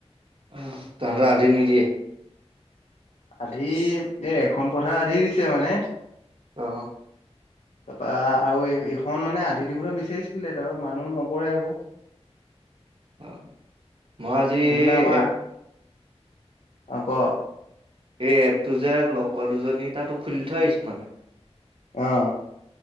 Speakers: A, on the right; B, on the left.
A: অ' তহঁতৰ আধি নিদিয়ে?
B: আধি এ, এখন পথাৰ আধি দিছে মানে।
A: অ'।
B: তাৰপৰা আৰু এইখন মানে আধি দিবলৈ বিচাৰিছিলে তাৰপৰা মানুহ নকৰে আকৌ।
A: অ মই আজি
B: এইফালে আমাৰ,
A: এপ
B: অ' ক।
A: এই এপটো যে লগৰ দুজনী তাতো খুলি থৈ আহিছোঁ মানে।
B: অ'।